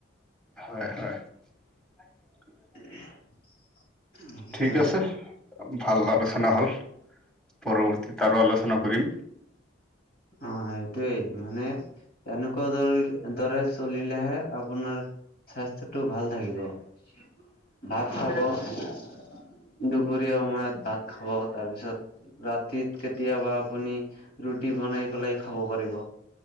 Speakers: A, in the centre; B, on the left.
A: হয়, হয়। <unintelligible>
B: <inaudible> সেইটোৱে
A: ঠিক আছে ভাল আলোচনা হল পৰৱৰ্তী তাৰো আলোচনা। কৰিম
B: অঁ, এইটোৱেই মানে তেনেকুৱা দৰে দৰে চলিলেহে আপোনাৰ, স্বাস্থ্যটো ভাল থাকিব ভাত খাব। দুপৰীয়া সময়ত ভাত খাব তাৰ পিছত ৰাতিত কেতিয়াবা। আপুনি ৰুটি বনাই পেলাই খাব পাৰিব।